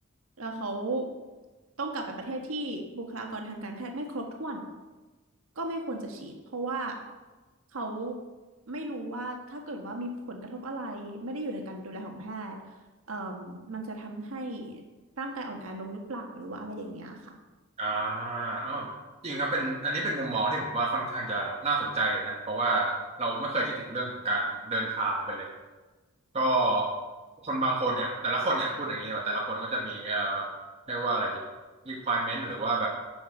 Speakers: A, on the right (about 80°); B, on the right (about 30°).
A: แล้วเขาต้องกลับไปประเทศที่บุคลากรทางการแพทย์ไม่ครบถ้วนก็ไม่ควรจะฉีดเพราะว่าเขาไม่รู้ว่าถ้าเกิดว่ามีผลกระทบอะไรไม่ได้อยู่ในการดูแลของแพทย์เอ่มมันจะทำให้ร่างกายอ่อนแอลงหรือเปล่าหรือว่าอะไรอย่างเงี้ยค่ะ
B: อ่าอ้าวจริงครับเป็นอันนี้เป็นมุมมองที่ผมว่าค่อนข้างจะน่าสนใจเลยนะเพราะว่าเราไม่เคยคิดถึงเรื่องของการเดินทางไปเลยก็คนบางคนเนี่ยแต่ละคนเนี่ยพูดอย่างนี้ดีกว่าแต่ละคนก็จะมีเอ่อเรียกว่าอะไรดี requirement หรือว่าแบบ